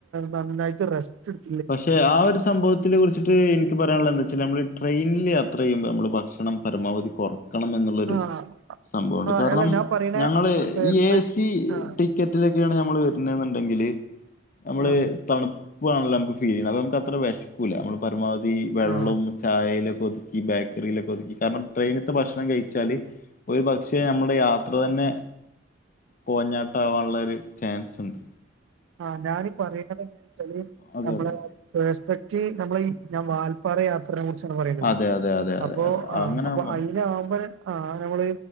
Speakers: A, on the right; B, on the left.
A: നന്നായിട്ട് റെസ്റ്റ് ഇട്
B: പക്ഷെ ആ ഒരു സംഭവത്തിനെ കുറിച്ചിട്ട് ഇൻക്ക് പറയാള്ളന്തേച്ചാ നമ്മള് ട്രെയിനില് യാത്ര ചെയ്യുമ്പോ നമ്മള് ഭക്ഷണം പരമാവധി കാെറ ക്കണംന്ന് എന്നുള്ളരു
A: ആഹ്
B: സംഭവുണ്ട്
A: ആഹ്
B: കാരണം
A: അല്ല ഞാൻ പറയണ
B: ഞങ്ങള്
A: ഏഹ്
B: ഈ
A: സ്പെ
B: എ സീ
A: ആഹ്
B: ടീ ക്കറ്റിലൊക്കെയാണ് നമ്മള് വരുന്നെ ന്ന്ണ്ടെങ്കില് നമ്മള്
A: ആഹ്
B: തണുപ്പാണല്ലോ നമുക്ക് ഫീൽ അതമ്മുക്ക് അത്ര വെശക്കൂല്ല നമ്മൾ പരമാവധി വെള്ളാെം
A: ആഹ്
B: ചായയിലാെക്ക ഒതുക്കി ബേക്കറിയിലൊക്കെ ഒതുക്കി കാരണം ട്രെയിനത്തെ ഭക്ഷണം കഴിച്ചാല് ഒരു പക്ഷേ നമ്മടെ യാത്ര തന്നെ കോഞ്ഞാട്ടം ആവാള്ളൊരു ചാൻസ് ഇണ്ട്
A: ആഹ് ഞാനീ പറീണതേന്ത്ച്ചാല്
B: അതെ
A: നമ്മളെ
B: അതെ
A: പെസ്പെക്റ്റ് നമ്മള ഈ ഞാൻ വാൽപ്പാറ യാ ത്രനെ കുറിച്ചാണ് പറീണത്
B: അതെ അതെ അതെ
A: അപ്പോ
B: അതെ അതെ
A: ആഹ്
B: അങ്ങനെ
A: അപ്പൊ
B: ആകുമ്പോ
A: അയില് ആകുമ്പളേ ആഹ് നമ്മള്